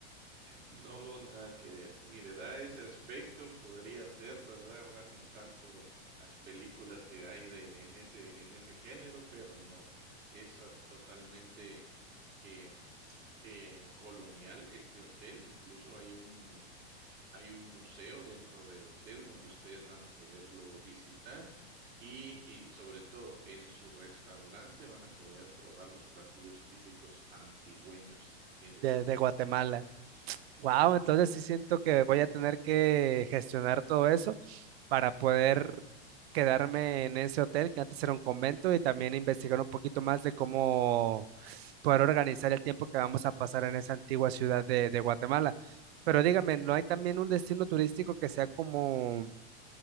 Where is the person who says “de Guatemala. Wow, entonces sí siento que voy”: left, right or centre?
Right